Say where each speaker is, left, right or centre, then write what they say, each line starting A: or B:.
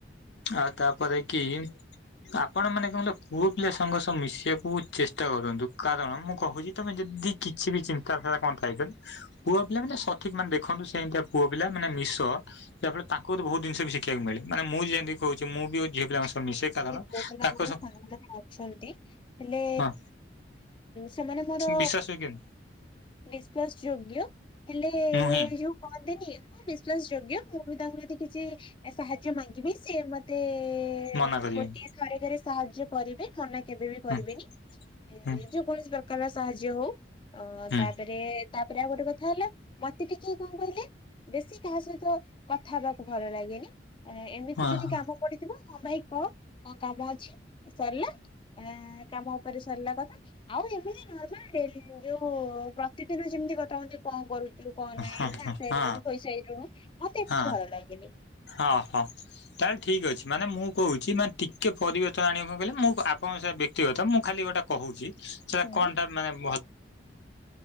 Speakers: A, on the left; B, on the left.
A: ଆଉ ତାପରେ କି ଆପଣ ମାନେ କଣ ଲ ପୁଅ ପିଲା ସାଙ୍ଗ ସହ ମିଶିବାକୁ ଚେଷ୍ଟା କରନ୍ତୁ କାରଣ ମୁଁ କହୁଛି ତମେ ଯଦି କିଛି ବି ଚୀନ୍ ନ୍ତା ଫିନ୍ତା କଣ ଥାଏ ପୁଅ ପିଲା ମାନେ ସଠିକ ମାନେ ଦେଖନ୍ତୁ ସେମିତିଆ ପୁଅ ପିଲା ମାନେ ମିଶ ଦେଖ ତାଙ୍କ କତିରୁ ବହୁତ ଜିନିଷ ବି ସିଖିବାକୁ ମିଳେ ମାନେ ମୁଁ ବି ଯେମିତି କହୁଛି ମୁଁ ବି ଝିଅ ପିଲାଙ୍କ
B: <unintelligible>
A: ସହ ମିଶେ କାରଣ
B: ଅଛନ୍ତି
A: ତାଙ୍କ ସହ
B: ହେଲେ
A: ହଁ
B: ସେମାନେ ମୋର
A: ବିଶ୍ୱାସ ଯୋଗ୍ୟନି
B: ବିଶ୍ୱାସ ଯୋଗ୍ୟ ହେଲେ ଏ
A: ନୁହେଁ
B: ଯୋଉ କହନ୍ତିନି ମୁଁ ବିସ୍ ବିଶାସ ଯୋଗ୍ୟ ମୁଁ ବି ତାଙ୍କୁ ବି ଯଦି କିଛି ସାହାଯ୍ୟ ମାଗିବି ସିଏ ମତେ ଏ
A: ମନା କରିବେନି
B: ଗୋଟିଏ ଥରକରେ ସାହାଯ୍ୟ କରିବେ ମନା କେବେ ବି
A: ହୁଁ
B: କରିବେନି। ଏ
A: ହୁଁ
B: ଯେକୌଣସି ପ୍ରକାରର ସାହାଯ୍ୟ ହଉ। ଅଁ
A: ହୁଁ
B: ତାପରେ ତାପରେ ଆଉ ଗୋଟେ କଥା ହେଲା। ମତେ ଟିକେ କଣ କହିଲେ? ବେଶୀ କାହା ସହିତ କଥା ହବାକୁ ଭଲ ଲାଗେନି। ଏ ଏମିତି
A: ହଁ
B: ଯଦି କାମ ପଡିଥିବ। ହଁ ଭାଇ କହ କଣ କାମ ଅଛି ସରିଲା ଏ କାମ ଉପରେ ସରିଲା କଥା। ଆଉ ଏମିତି ନର୍ମାଲ ଡେଲି ଯୋଉ ପ୍ରତିଦିନ ଯେମିତି କଥା ହୁଅନ୍ତି କଣ କରୁ ଥିଲୁ କଣ ନାହିଁ
A: ହଁ
B: ଖାଇସାଇଲୁଣୁ,
A: ହଁ ହଁ
B: ଶୋଇସାଇଲୁଣୁ, ମତେ ଏମିତି
A: ହଁ
B: ଭଲଲାଗେନି।
A: ହଁ ହଁ। ତାହେଲେ ଠିକ୍ ଅଛି ମାନେ ମୁଁ କହୁଛି ମାନେ ଟିକେ ପରିବର୍ତ୍ତନ ଆଣିବେ କଣ କହିଲେ? ମୁଁ ଆପଣଙ୍କ ସହ ବ୍ୟକ୍ତିଗତ ମୁଁ ଖାଲି ଗୋଟେ। କହୁଛି ସେଟା
B: ହୁଁ
A: କଣଟା ମାନେ ମ